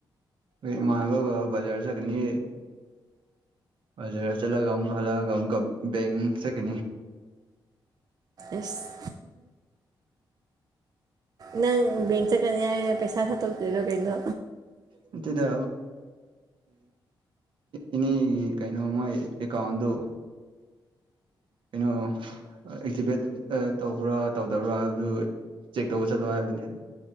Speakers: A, on the right (about 75°); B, on the right (about 50°).
A: ꯑꯩꯃꯥꯡꯕ ꯖꯔ ꯁꯅꯤ ꯖ ꯆꯂꯒ ꯍꯂꯒ ꯕ ꯁꯦꯀ
B: ꯑꯁ ꯅꯪꯦꯡ ꯆꯠꯀꯅꯤ ꯍꯥꯏꯅ ꯄꯩꯁꯥ ꯊꯠꯇꯣꯛꯗꯣꯏꯔꯣ ꯀꯩꯅꯣ
A: ꯃꯗ ꯏꯅꯦ ꯀꯩꯅꯣꯃ ꯀꯗ ꯀꯩꯅꯣ ꯑꯦꯛꯁꯤꯚꯦꯠ ꯇꯧꯕ꯭ꯔꯥ ꯇꯧꯗꯕ꯭ꯔꯥ ꯍꯥꯏꯕꯗꯨ ꯆꯦꯛ ꯇꯧꯕ ꯆꯠꯂꯣ ꯍꯥꯏꯕꯅꯤ